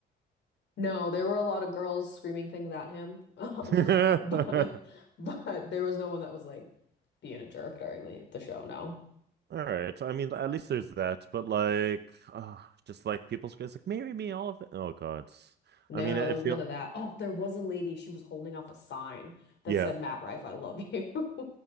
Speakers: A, on the left; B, on the right.
A: No, there were a lot of girls screaming things at him. <laughs> Um,
B: <laughs>
A: but but there was no one that was like being a jerk during the, the show, no.
B: All right. I mean, at least there's that. But like, uh, just like people's guys, like marry me, all of it. Oh God.
A: No,
B: I mean, it
A: there was
B: feel
A: none of that. Oh, there was a lady, she was holding up a sign that
B: yeah.
A: said, Matt Rife, I love you. <laughs>